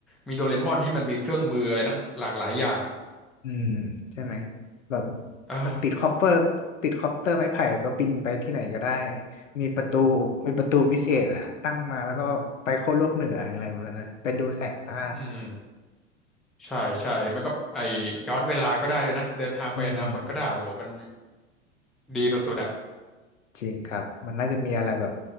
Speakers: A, in the centre; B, on the left.
A: มีโดเรมอนที่มันมีเครื่องมืออะไรตั้งหลากหลายอย่าง
B: อืมใช่ไหมแบบ
A: อ่า
B: ติดคอปเปอร์ติดคอปเตอร์ไม้ไผ่ก็บินไปที่ไหนก็ได้มีประตูมีประตูวิเศษอะตั้งมาแล้วก็ไปโค้วโลกเหนืออะไรประมาณนั้นไปดูแสงใต้
A: อืมใช่ใช่แล้วมันก็ไอย้อนเวลาก็ได้ด้วยนะเดินทางไปในอนาคตก็ได้โหมัน
B: อืม
A: ดีสุดๆอะ
B: จริงครับมันน่าจะมีอะไรแบบ